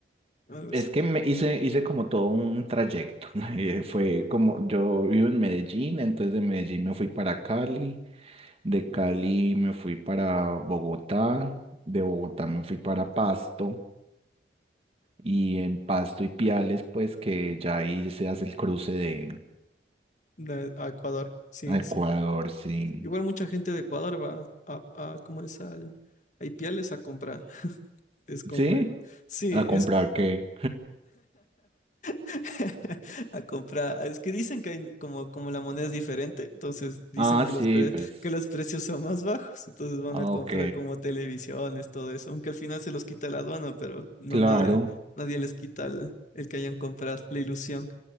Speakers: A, on the left (about 45°); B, on the right (about 35°).
A: Algo
B: Es
A: así.
B: que me hice, hice como todo un trayecto. <laughs> Eh, Fue como, yo vivo en Medellín, entonces de Medellín me fui para Cali, de Cali me fui para Bogotá, de Bogotá me fui para Pasto, y en Pasto y Piales, pues que ya ahí se hace el cruce de
A: De- a Ecuador. Sí,
B: a Ecuador,
A: sí.
B: sí.
A: sí. Igual mucha gente de Ecuador va a, a ¿cómo es? Al, a Ipiales a comprar. <laughs> Es como,
B: ¿Sí?
A: eh, sí,
B: ¿A comprar
A: es
B: qué?
A: <laughs> a comprar. Es que dicen que hay como, como la moneda es diferente, entonces dicen
B: Ah,
A: que
B: sí,
A: los, pre-
B: pues,
A: que los precios son más bajos, entonces van
B: ah,
A: a comprar
B: ok,
A: como televisiones, todo eso, aunque al final se los quita la aduana, pero no
B: claro.
A: nadie, nadie les quita el, el que hayan comprado, la ilusión.